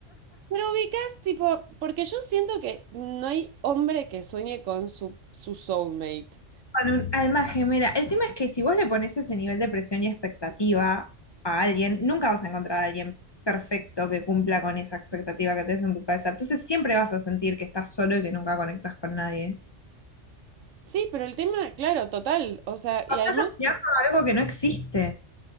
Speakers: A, on the right; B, on the left.
A: Pero ubicas, tipo, porque yo siento que no hay hombre que sueñe con su, su soulmate.
B: Con un alma gemela. El tema es que si vos le pones ese nivel de presión y expectativa a alguien, nunca vas a encontrar a alguien perfecto que cumpla con esa expectativa que tenés en tu cabeza. Entonces siempre vas a sentir que estás solo y que nunca conectas con nadie.
A: Sí, pero el tema, claro, total. O sea, y
B: O estás
A: además
B: aspirando a algo que no existe.